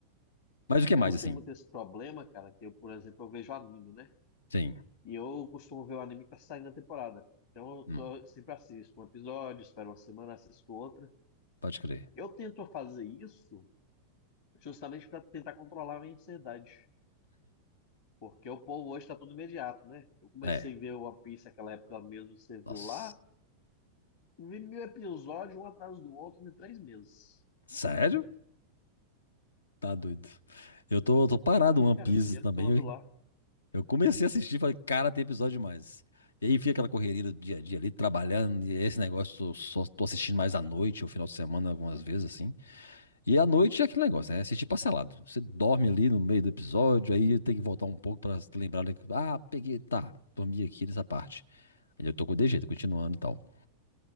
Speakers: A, on the left; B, on the left.
A: Mas o que
B: Eu
A: mais,
B: não
A: assim?
B: tenho muito esse problema, cara, que eu, por exemplo, eu vejo anime, né?
A: Sim,
B: E eu costumo ver o anime que tá saindo na temporada. Então eu tô,
A: hum,
B: sempre assisto um episódio, espero uma semana, assisto outra.
A: pode crer.
B: Eu tento fazer isso justamente para tentar controlar a minha ansiedade. Porque o povo hoje tá tudo imediato, né? Eu comecei
A: É,
B: a ver o One Piece naquela época mesmo, você viu
A: nossa.
B: lá. Vi mil episódios, um atrás do outro, em três meses.
A: Sério? Tá doido. Eu tô, tô parado
B: Vi,
A: no One
B: cara,
A: Piece
B: eu vi ele
A: também,
B: todo lá.
A: Eu comecei a assistir, falei, cara, tem episódio demais. E aí fica aquela correria do dia a dia ali, trabalhando, e esse negócio, eu só tô assistindo mais à noite, ou final de semana, algumas vezes, assim. E à noite é aquele negócio, né? É Assistir parcelado. Você dorme ali no meio do episódio, aí tem que voltar um pouco pra se lembrar, né? Ah, peguei, tá, dormi aqui nessa parte. Aí eu tô com de jeito, continuando e tal.